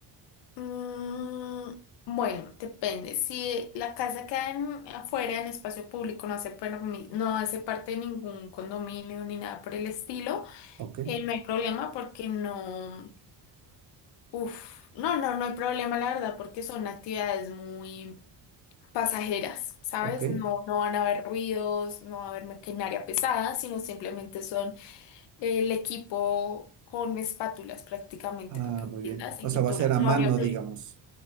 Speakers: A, on the left; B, on the right.
A: Mm, bueno, depende. Si la casa queda en- afuera, en espacio público, no hace, permi- no hace parte de ningún condominio ni nada por el estilo,
B: Ok,
A: eh, no hay problema porque no... Uf, no, no, no hay problema, la verdad, porque son actividades muy pasajeras, ¿sabes?
B: ok.
A: No, no van a haber ruidos, no va a haber maquinaria pesada, sino simplemente son el equipo con espátulas prácticamente,
B: Ah,
A: para que entiendas,
B: muy bien. O
A: y
B: sea,
A: pintura.
B: va a ser a
A: No
B: mano,
A: habría problema.
B: digamos.